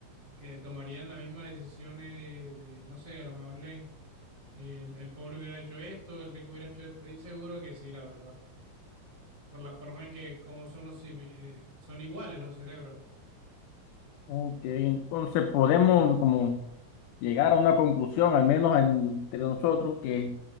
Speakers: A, on the right; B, on the left.
A: que tomarían las mismas decisiones de, no sé, a lo mejor le, el, el pobre hubiera hecho esto, el rico hubiera hecho esto, estoy seguro que sí, la verdad por la forma en que cómo son los simi- eh, son iguales los cerebros.
B: Ok, entonces podemos como llegar a una conclusión, al menos entre nosotros, que